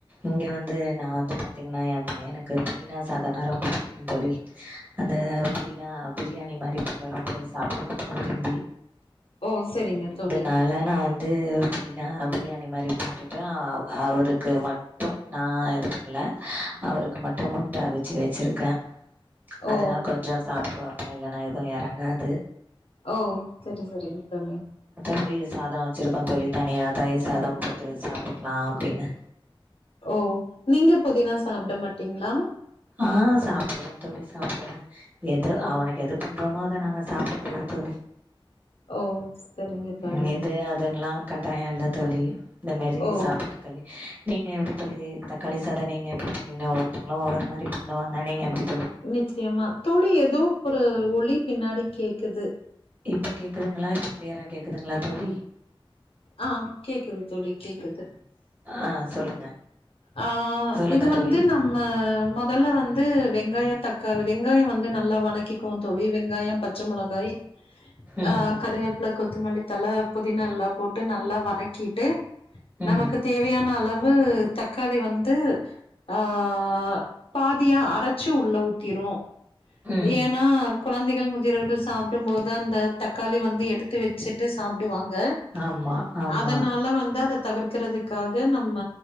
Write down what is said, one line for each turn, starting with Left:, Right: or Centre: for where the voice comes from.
Right: இங்கே வந்து நான் வந்து பார்த்திங்கன்னா என் பையனுக்கு புதினா சாதனா ரொம்ப பிடிக்கும் தோலி அந்த புதினா பிரியாணி மாதிரி போட்டா ரொம்ப சாப்பிடுவா விரும்பி
Left: ஓ சரிங்க தோலி
Right: நாலானா வந்து வந்து புதினா பிரியாணி மாதிரி போட்டுட்டு அவ அவருக்கு மட்டும் நான் இது பண்ணல அவருக்கு மட்டும் முட்ட அவிச்சு வச்சிருக்கேன்
Left: ஓ
Right: அதனா கொஞ்சம் சாப்டுருவேன் இல இல்ன்னா எதுவும் இறங்காது
Left: ஓ சரி சரி தோலி
Right: எப்படி சாதம் வச்சிருக்கோம் தோலி தனியா தயிர் சாதம் போட்டு சாப்பிட்டுக்கலாம் அப்படின்னு
Left: ஓ நீங்க புதினா சாப்பிட மாட்டீங்களா
Right: ஆஹ் சாப்பிடுவேன் துழி சாப்பிடுவேன் எது
Left: ஓ
Right: அவனுக்கு எது பண்ண ரொமாதான் நாங்க சாப்பிடுக்கறிறது தோழி
Left: ஓ சரிங்க தோழி
Right: உம் இது அதெல்லாம் கட்டாயம் எல்லாம் தொளி இந்த மாதிரி
Left: ஓ
Right: சாப்பிட தாலே நீங்கள் எப்படி தொழி தக்காளி சாதம் நீங்கள் எப்படி பண்ணுவீங்க ஒவ்வொருத்தவங்களும் ஒவ்வொரு மாதிரி பண்ணுவாங்க நீங்கள் எப்படி
Left: நிச்சயமா தோழி ஏதோ ஒரு ஒளி பின்னாடி கேக்குது
Right: இப்ப கேக்குதுங்களா இப்ப கிளியரா கேக்குதுங்களா தோழி
Left: ஆஹ் கேக்குது சொல்லி கேக்குது
Right: ஆஹ் சொல்லுங்க
Left: ஆஹ்
Right: சொல்லுங்க
Left: இது வந்து
Right: தோழி
Left: நம்ம முதல்ல வந்து வெங்காய தக்க வெங்காயம் வந்து நல்லா வணக்கிக்கு தழி வெங்காயம் பச்சை மிளகாய்
Right: ம்
Left: ஆஹ் கறிவேப்பள கொத்தமல்லி தல புதினா எல்லாம் போட்டு நல்லா வதக்கிட்டு
Right: ம்
Left: நமக்கு தேவையான அளவு உ தக்காளி வந்து ஆ ஹ் பாதியா ஆ அரைச்சு உள்ள ஊத்திரும்
Right: ம்
Left: ஏன்னா குழந்தைகள் மு வர்கள் சாப்பிடும் போது அந்த தக்காளி வந்து எடுத்து வச்சுட்டு சாப்பிடுவாங்க ங்க
Right: ஆமா ஆமா
Left: அதனால வந்து அதை தவிர்க்க வக்கிறதுக்காக நம்ம